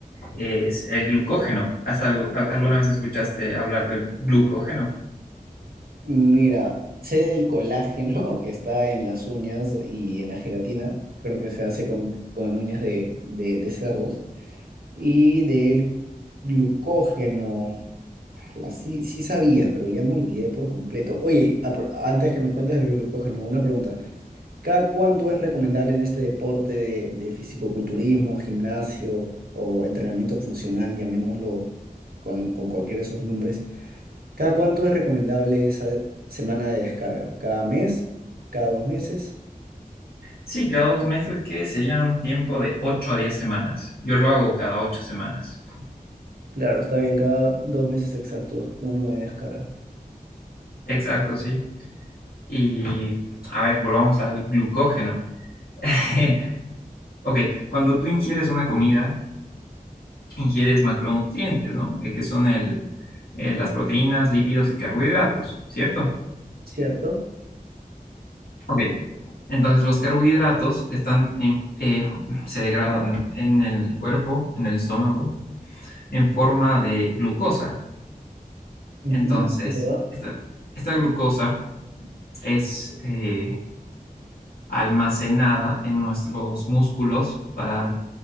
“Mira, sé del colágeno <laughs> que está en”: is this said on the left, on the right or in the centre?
Right